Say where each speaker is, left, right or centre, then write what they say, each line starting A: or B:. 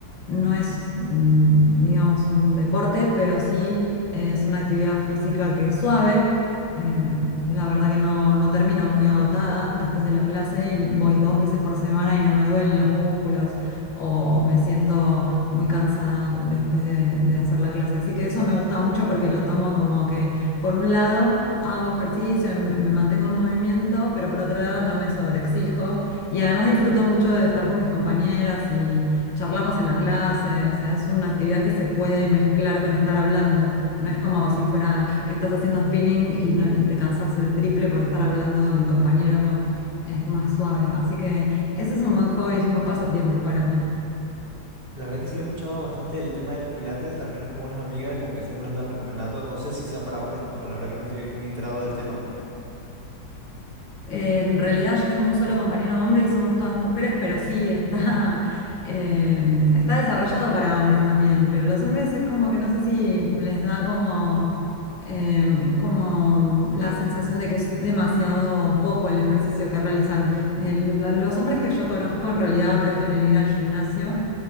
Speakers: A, on the left; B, on the right.
A: no es, mm, digamos, un deporte, pero sí es una actividad física que es suave. eh, la verdad que no, no termino muy agotada después de la clase y voy dos veces por semana y no me duelen los músculos o, o me siento muy cansada después de, de hacer la clase. Así que eso me gusta mucho porque lo tomo como que por un lado hago ejercicio, y me, me mantengo en movimiento, pero por otro lado no me sobreexijo y además disfruto mucho de estar con mis compañeras y charlamos en la clase. O sea, es una actividad que se puede mezclar con estar hablando. No es como si fuera que estás haciendo spinning y, no- y te cansas el triple por estar hablando con el compañero, no. Es más suave. Así que ese es un buen hobby, es un buen pasatiempo para mí.
B: La verdad que sí lo he escuchado bastante el tema de los pilates, al menos con unas amigas como que siempre las andan recomendando. No sé si sea para hombres, no, la verdad que no estoy muy enterado del tema.
A: Eh, en realidad yo tengo un solo compañero hombre y somos todas mujeres, pero sí, está, <laughs> eh, está desarrollado para hombres también, pero los hombres es como que no sé si les da como, eh, como la sensación de que es demasiado poco el ejercicio que realizan. El- la- los hombres que yo conozco en realidad prefieren ir al gimnasio